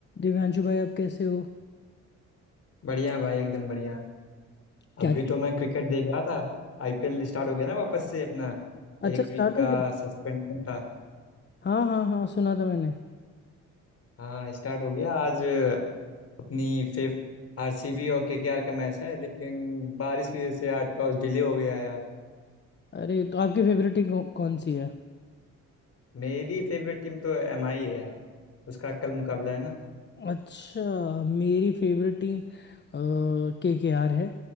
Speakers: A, on the left; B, on the left.
A: दिव्यांशु भाई आप कैसे हो
B: बढ़िया भाई एकदम बढ़िया
A: क्या
B: अभी तो मैं क्रिकेट देख रहा था आईपीएल स्टार्ट हो गया ना वापस से अपना
A: अच्छा
B: एक
A: स्टार्ट
B: वीक का
A: हो गई
B: सस्पेंशन था
A: हाँ हाँ हाँ सुना था मैंने
B: हाँ स्टार्ट हो गया आज अपनी फेव आरसीबी और केकेआर का मैच है लेकिन बारिश की वजह से यार टॉस डिले हो गया यार
A: अरे तो आपकी फेवरेट टीम कौ, कौन सी है
B: मेरी फेवरेट टीम तो एमआई है यार उसका कल मुकाबला है ना
A: अच्छा मेरी फेवरेट टीम के के आर है